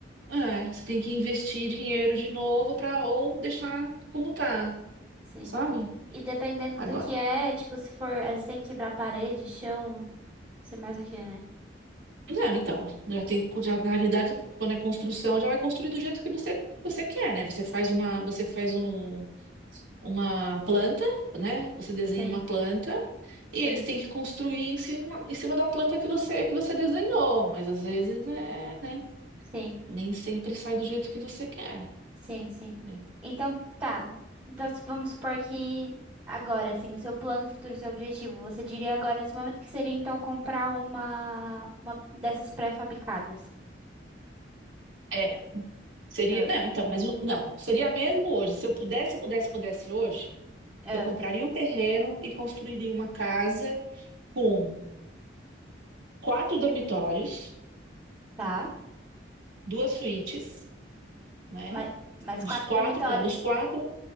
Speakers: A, on the right (about 85°); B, on the right (about 25°).
A: é, você tem que investir dinheiro de novo para ou deixar como tá,
B: Sim.
A: sabe?
B: E dependendo
A: Agora.
B: do que é, tipo, se for, às vezes tem que quebrar parede, chão, não sei mais o que, né?
A: Não, então, já tem, já, na verdade, quando é construção, já vai construir do jeito que você, você quer, né? Você faz uma, você faz um, uma planta, né? Você desenha
B: Sim,
A: uma planta
B: sim,
A: e eles têm que construir em cima, em cima da planta que você, que você desenhou, mas às vezes é, né?
B: sim,
A: Nem sempre sai do jeito que você quer.
B: sim, sim.
A: né?
B: Então, tá. v- Então, se vamos supor que agora, assim, o seu plano futuro, o seu objetivo, você diria agora nesse momento que seria então comprar uma, uma dessas pré-fabricadas.
A: É, seria.
B: Ah,
A: Não, então, mas o- não, seria mesmo hoje. Se eu pudesse, pudesse, pudesse hoje,
B: ah,
A: eu compraria um terreno e construiria uma casa com quatro dormitórios,
B: tá.
A: duas suítes, né?
B: Mas, mas
A: Dos
B: quatro
A: quatro,
B: dormitórios.
A: não, dos quatro.